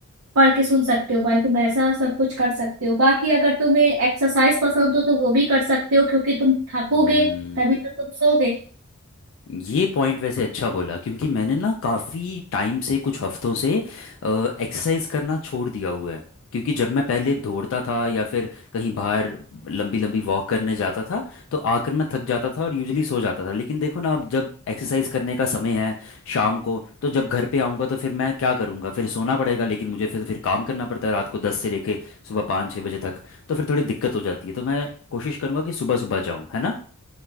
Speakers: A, on the right; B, on the left.
A: पढ़ के सुन सकते हो भाई तुम ऐसा सब कुछ कर सकते हो बाकी अगर तुम्हें एक्सरसाइज पसंद हो तो वो भी कर सकते हो क्योंकि तुम थकोगे
B: हम्म,
A: तभी तो तुम सोगे
B: ये पॉइंट वैसे अच्छा बोला क्योंकि मैंने ना काफ़ी टाइम से कुछ हफ्तों से एक्सरसाइज करना छोड़ दिया हुआ है क्योंकि जब मैं पहले दौड़ता था या फिर कहीं बाहर लंबी लंबी वॉक करने जाता था तो आकर मैं थक जाता था और यूजली सो जाता था लेकिन देखो ना अब जब एक्सरसाइज करने का समय है शाम को तो जब घर पे आऊँगा तो फिर मैं क्या करूँगा फिर सोना पड़ेगा लेकिन मुझे फिर फिर काम करना पड़ता है रात को दस से लेके सुबह पाँच छः बजे तक तो फिर थोड़ी दिक्कत हो जाती है तो मैं कोशिश करूँगा कि सुबह सुबह जाऊँ है ना